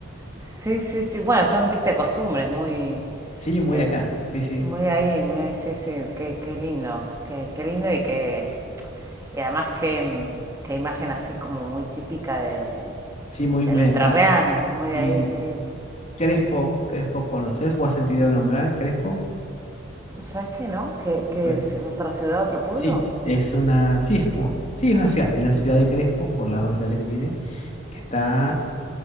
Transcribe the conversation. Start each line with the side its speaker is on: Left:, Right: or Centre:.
Right: Sí, sí, sí. Bueno, son, viste, costumbres muy,
Left: Sí, muy
Right: eh,
Left: de acá, sí, sí,
Right: muy de ahí, muy de ahí. Sí, sí. Qué, qué lindo. Qué, qué lindo y que y además qué, mm, qué imagen así como muy típica de,
Left: sí, muy,
Right: del
Left: muy
Right: entrerriano.
Left: de acá.
Right: Muy de
Left: Y
Right: ahí, sí.
Left: Crespo, Crespo, ¿conoces o has sentido nombrar Crespo?
Right: ¿Sabes qué, no? ¿Qué, qué
Left: Bueno,
Right: es otra ciudad, otro pueblo?
Left: sí, es una, sí, es como, sí, es una ciudad, es la ciudad de Crespo, por las habitantes que tiene, que está